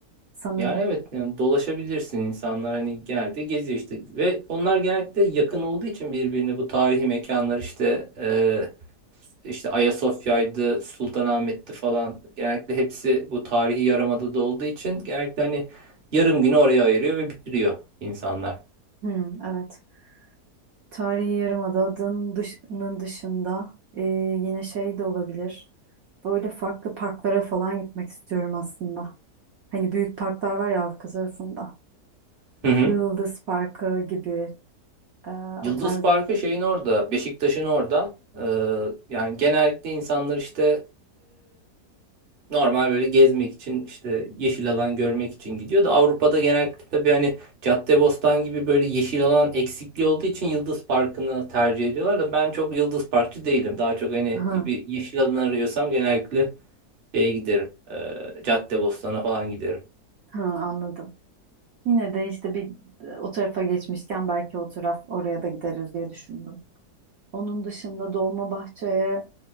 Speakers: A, on the right; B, on the right.
A: Sanırım.
B: Yani evet yani dolaşabilirsin insanlar hani genellikle geziyor işte ve onlar genellikle yakın olduğu için birbirine bu tarihi mekanlar işte e, işte Ayasofya'ydı, Sultanahmet'ti falan genellikle hepsi bu tarihi yarımadada olduğu için genellikle hani yarım günü oraya ayırıyor ve bitiriyor insanlar.
A: Hmm, evet. Tarihi Yarımada'nın dışının dışında e, yine şey de olabilir. Böyle farklı parklara falan gitmek istiyorum aslında. Hani büyük parklar var ya Avrupa tarafında.
B: Hı hı.
A: Yıldız Parkı gibi e,
B: Yıldız
A: o tarz.
B: Parkı şeyin orada, Beşiktaş'ın orada. E, yani genellikle insanlar işte Normal böyle gezmek için işte yeşil alan görmek için gidiyor da Avrupa'da genellikle tabii hani Caddebostan gibi böyle yeşil alan eksikliği olduğu için Yıldız Parkı'nı tercih ediyorlar da ben çok Yıldız Parkçı değilim. Daha çok hani
A: Hı.
B: bir yeşil alan arıyorsam genellikle şeye giderim. Ee, Caddebostan'a falan giderim.
A: Ha, anladım. Yine de işte bir e, o tarafa geçmişken belki o taraf oraya da gideriz diye düşündüm. Onun dışında Dolmabahçe'ye